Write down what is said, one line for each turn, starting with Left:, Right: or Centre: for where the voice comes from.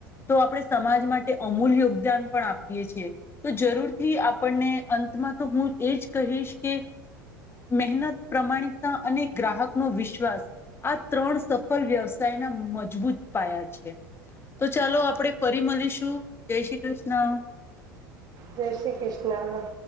Left: તો આપણે સમાજ માટે અમૂલ્ય યોગદાન પણ આપીએ છીએ તો જરૂરથી આપણને અંતમાં તો હું એ જ કહીશ કે મહેનત પ્રમાણિકતા અને ગ્રાહકનો વિશ્વાસ આ ત્રણ સફળ વ્યવસાયના મજબૂત પાયા છે તો ચાલો આપણે ફરી મળીશું જય શ્રી કૃષ્ણ
Right: જય શ્રી કૃષ્ણ